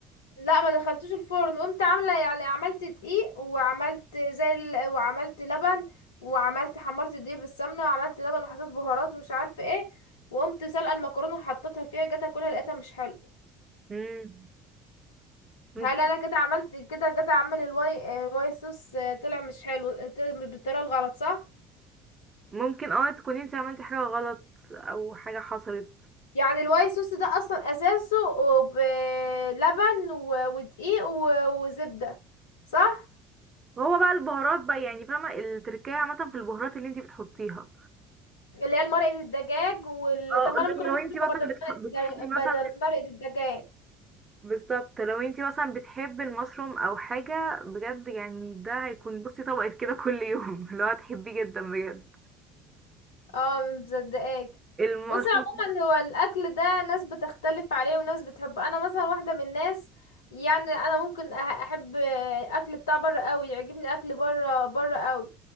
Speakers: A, on the left; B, on the right.
A: لا ما دخلتوش الفرن قمت عامله يعني عملت دقيق وعملت زي ال... وعملت لبن وعملت حمرت الدقيق بالسمنه وعملت لبن وحطيت بهارات ومش عارفه ايه وقمت سلقه المكرونه وحطيتها فيها جت اكلها لقيتها مش حلو
B: مم. ممكن.
A: هل انا كده عملت كده جت اعمل الواي آه، واي صوص آه، طلع مش حلو آه، بالطريقه الغلط صح
B: ممكن اه تكوني انت عملتي حاجة غلط أو حاجة حصلت
A: يعني الواي صوص ده اصلا اساسه بلبن و- ودقيق و- وزبده صح
B: هو بقى البهارات بقى يعني فاهمة التركية عامة في البهارات اللي انت بتحطيها
A: اللي هي مرقه الدجاج وال...
B: اه
A: طب ما انا ممكن
B: لو
A: احط
B: انت
A: شوكه
B: مثلا
A: بدل مرقه
B: بتح... بتحبي
A: الدجاج بدل
B: مثلا
A: مرقه الدجاج
B: بالظبط لو انتي مثلا بتحبي المشروم او حاجة بجد يعني ده هيكون بصي طبقة كده كل يوم <laughs> اللي هو هتحبيه جدا بجد
A: اه مصدقاك
B: المشروم
A: بصي عموما هو الاكل ده ناس بتختلف عليه وناس بتحبه انا مثلا واحده من الناس يعني انا ممكن أح- احب اكل بتاع بره قوي يعجبني اكل بره بره قوي